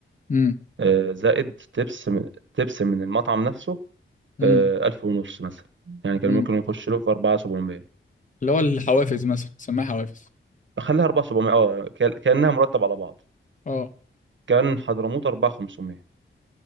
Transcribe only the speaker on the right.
آه، زائد تبس من تبس من المطعم نفسه
آه، 1000 ونص مثلا يعني كان
ممكن يخش له في 4700
خليها 4700 اه كان- كانها مرتب على بعض
كان حضرموت 4500